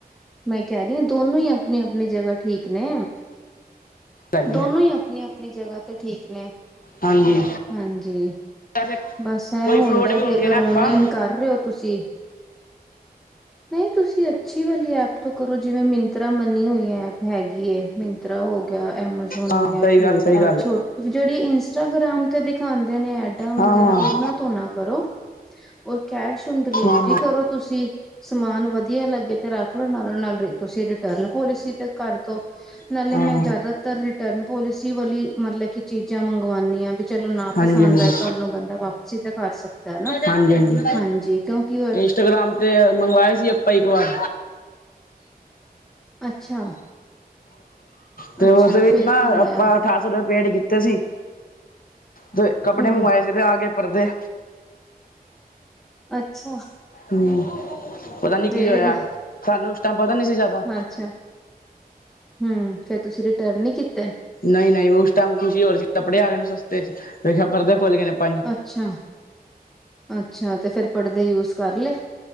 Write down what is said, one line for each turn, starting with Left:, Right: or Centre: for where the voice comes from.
Centre: ਮੈਂ ਕਹਿ ਰਹੀ ਹਾਂ ਦੋਨੋ ਹੀ ਆਪਣੀ ਆਪਣੀ ਜਗ੍ਹਾ। ਠੀਕ ਨੇ
Left: ਹੈਗੀ
Centre: ਦੋਨੋ
Left: ਹੈ
Centre: ਹੀ ਆਪਣੀ ਆਪਣੀ ਜਗ੍ਹਾ ਤੇ ਠੀਕ ਨੇ।
Left: ਹਾਂਜੀ
Centre: ਹਾਂਜੀ
Left: ਵੈਸੇ
Centre: ਬਸ ਇਹ
Left: ਕੋਈ
Centre: ਹੁੰਦਾ
Left: ਫਰੋਡ ਹੁੰਦੀ
Centre: ਵੀ ਅਗਰ
Left: ਹੈ ਨਾ
Centre: ਓਨਲਾਈਨ
Left: ਆਪਾਂ
Centre: ਕਰ ਰਹੇ ਹੋ। ਤੁਸੀਂ ਨਹੀਂ ਤੁਸੀਂ ਅੱਛੀ ਵਾਲੀ ਐਪ ਤੋਂ ਕਰੋ ਜਿਵੇਂ ਮ ਮਿੰਤਰਾ ਮੰਨੀ ਹੋਈ ਐਪ ਹੈਗੀ ਏ ਮਿੰਤਰਾ ਹੋ। ਐਮਾਜੋਨ
Left: ਹਾਂ
Centre: ਹੋ ਗਿਆ
Left: ਸਹੀ
Centre: ਫਲਿਪਕਾਰਟ
Left: ਗੱਲ ਸਹੀ ਗੱਲ
Centre: ਛੋ ਜਿਹੜੀ ਇੰਸਟਾਗ੍ਰਾਮ ਤੇ ਦਿਖਾਉਂਦੇ ਨੇ ਐਡਾਂ ਵਗ਼ੈਰਾ।
Left: ਹਾਂ
Centre: ਵਗੈਰਾ ਉਹਨਾਂ
Left: ਹਾਂ
Centre: ਤੋਂ ਨਾ ਕਰੋ। ਔਰ ਕੈਸ਼ ਓਨ ਡਿਲੀਵਰੀ
Left: ਹਾਂ
Centre: ਕਰੋ ਤੁਸੀਂ ਸਮਾਨ ਵਧੀਆ ਲੱਗੇ ਤੇ ਰੱਖ। ਥੋੜਾ ਨਾਲੋਂ ਨਾਲ ਤੁਸੀਂ ਰਿਟਰਨ ਪੋਲਿਸੀ ਤੇ ਕਰਦੋ ਨਾਲੇ
Left: ਹਾਂ
Centre: ਮੈਂ ਜਿਆਦਾਤਰ ਰਿਟਰਨ ਪੋਲ। ਕਿਸੇ ਵਾਲੀ ਮਤਲਬ ਕਿ ਚੀਜ਼ਾਂ ਮੰਗਵਾਉਂਣੀਆ। ਵੀ ਚਲੋ ਨਾ
Left: ਹਾਂਜੀ
Centre: ਪਸੰਦ
Left: ਹਾਂਜੀ
Centre: ਆਏ ਕੱਲ ਨੂੰ ਬੰਦਾ ਵਾਪਸੀ ਤਾਂ ਕਰ ਸਕਦਾ ਹੈ ਨਾ
Left: ਹਾਂਜੀ ਹਾਂਜੀ
Centre: ਹਾਂਜੀ ਕਿਉਂਕਿ ਉਹ।
Left: ਇੰਸਟਾਗ੍ਰਾਮ ਤੇ ਮੰਗਵਾਇਆ ਸੀ ਆਪਾਂ ਇੱਕ ਵਾਰ।
Centre: ਅੱਛਾ
Left: ਤੇ
Centre: ਅੱਛਾ
Left: ਉਸਦੇ ਵਿੱਚ
Centre: ਫੇਰ
Left: ਨਾ
Centre: ਕੀ ਹੋਇਆ
Left: ਆਪਾਂ ਅਠਾਰਾਂ ਸੌ ਰੁਪਏ ਪੇਡ ਕੀਤੇ ਸੀ। ਤੇ ਕੱਪੜੇ
Centre: ਹੂੰ
Left: ਮੰਗਵਾਏ ਸੀ ਤੇ ਆ ਗਏ ਪਰਦੇ।
Centre: ਅੱਛਾ
Left: ਹਮ ਪਤਾ ਨੀ
Centre: ਫੇਰ?
Left: ਕੀ ਹੋਇਆ ਸਾਨੂੰ ਉਸ ਟਾਈਮ ਪਤਾ ਸੀ ਜਿਆਦਾ।
Centre: ਅੱਛਾ ਹੂੰ ਫੇਰ ਤੁਸੀਂ ਰਿਟਰਨ ਨੀ ਕੀਤੇ
Left: ਨਹੀਂ ਨਹੀਂ ਉਸ ਟਾਈਮ ਖੁਸ਼ੀ ਹੋਰ ਰਹੀ ਸੀ ਕੱਪੜੇ ਆ ਗਏ ਨੇ ਸਸਤੇ ਵੇਖਿਆ ਪਰਦੇ। ਖੋੱਲ ਗਏ ਨੇ ਪੰਜ।
Centre: ਅੱਛਾ ਅੱਛਾ ਤੇ ਫੇਰ ਪਰਦੇ ਯੂਜ ਕਰ ਲਏ।